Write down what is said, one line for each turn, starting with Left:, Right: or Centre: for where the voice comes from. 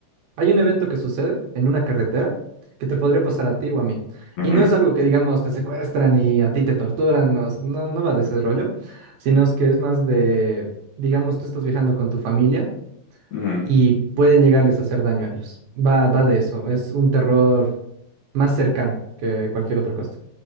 Right: Hay un evento que sucede en una carretera que te podría pasar a ti o a mí.
Left: ujú,
Right: Y no es algo que, digamos, te secuestran y a ti te torturan, no, es- no, no va de ese rollo, sino es que es más de, digamos, tú estás viajando con tu familia
Left: ujú, ujú.
Right: y pueden llegarles a hacer daño a ellos. Va, va de eso, es un terror más cercano que cualquier otra cosa.